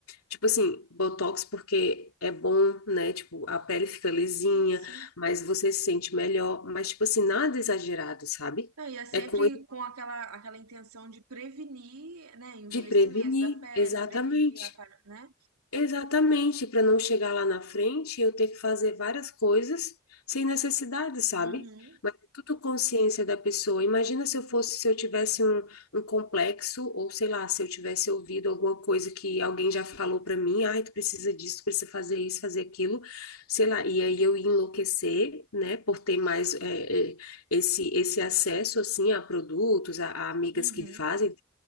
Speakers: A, on the left; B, on the right.
A: Tipo assim, Botox porque é bom, né? Tipo, a pele fica lisinha,
B: Sim, sim.
A: mas você se sente melhor. Mas, tipo assim, nada exagerado, sabe?
B: Não, e é sempre
A: É coisa
B: com aquela, aquela intenção de prevenir, né, envelhecimento
A: de prevenir,
B: da pele,
A: exatamente.
B: prevenir a, par- né?
A: Exatamente, para não chegar lá na frente, eu ter que fazer várias coisas sem necessidade, sabe?
B: Uhum,
A: Mas é tudo consciência da pessoa. Imagina se eu fosse, se eu tivesse um, um complexo, ou sei lá, se eu tivesse ouvido alguma coisa que alguém já falou para mim, ai, tu precisa disso, tu precisa fazer isso, fazer aquilo, sei lá, e aí eu ia enlouquecer, né, por ter mais é, é, esse, esse acesso, assim, a produtos, a, a amigas
B: uhum,
A: que fazem